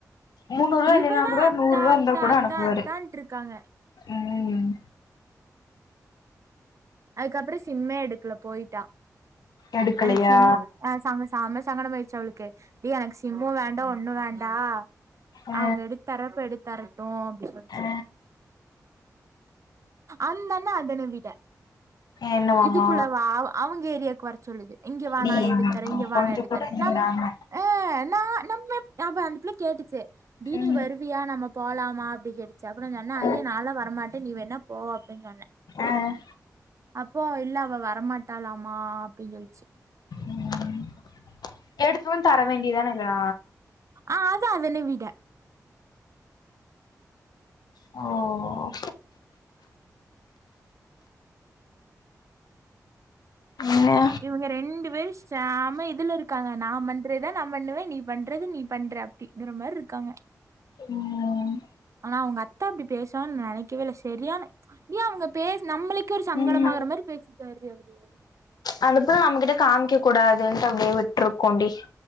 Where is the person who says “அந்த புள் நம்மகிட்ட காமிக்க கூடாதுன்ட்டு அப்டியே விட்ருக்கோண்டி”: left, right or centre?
Left